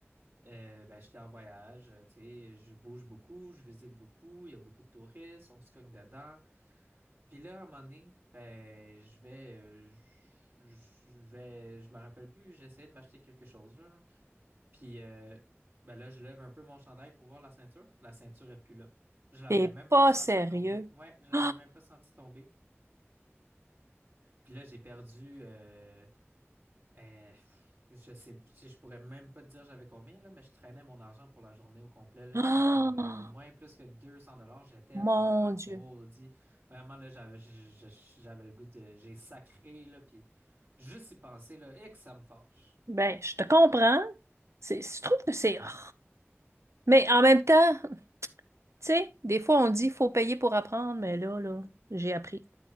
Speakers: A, on the right; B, on the right.
A: Euh, ben, j'étais en voyage, euh, tu sais, je bouge beaucoup, je visite beaucoup, il y a beaucoup de touristes, on se cogne dedans. Puis là, à un moment donné, ben, je vais, euh, je je- je vais, je me rappelle plus, j'essayais de m'acheter quelque chose, là. Puis euh, ben là, je lève un peu mon chandail pour voir la ceinture. La ceinture est plus là. Je l'avais
B: T'es
A: même
B: pas
A: pas senti
B: sérieux.
A: tomber. Ouais,
B: <gasps>
A: je l'avais même pas senti tomber. Puis là, j'ai perdu euh, Euh, je sais, je je pourrais même pas te dire j'avais combien, là, mais je traînais mon argent pour la journée au complet, là.
B: Ah,
A: Je pense que j'avais
B: ah,
A: au moins plus que 200 dollars. J'étais
B: mon
A: en
B: Dieu.
A: maudit. Vraiment, là, j'avais, je- je- j'avais le goût de, j'ai sacré, là, puis juste y penser, là, et que ça me fâche.
B: Ben, je te comprends. C'est, je trouve que c'est. ah. Mais en même temps, tu sais, des fois on dit faut payer pour apprendre, mais là, là, j'ai appris.